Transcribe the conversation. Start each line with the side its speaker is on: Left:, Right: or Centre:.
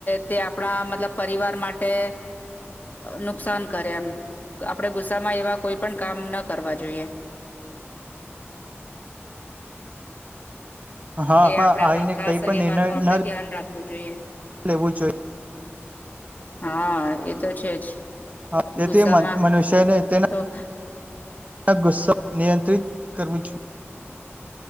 Left: તે આપણા મતલબ પરિવાર માટે તે નુકસાન કરે એમ આપણે ગુસ્સામાં એવા કોઈ પણ કામ ના કરવા જોઈએ
Right: હા
Left: એ આપણે
Right: આવીને
Left: ખાસ
Right: કઈ પણ
Left: એ વાતનું
Right: નિર્ણય
Left: આપણે
Right: ન
Left: ધ્યાન રાખવું જોઈએ
Right: લેવું જોઈએ
Left: હા એ તો છે જ
Right: હા તેથી
Left: ગુસ્સામાં
Right: મનુષ્યને તેના
Left: તો
Right: ગુસ્સા નિયંત્રિત કરવો જોઈએ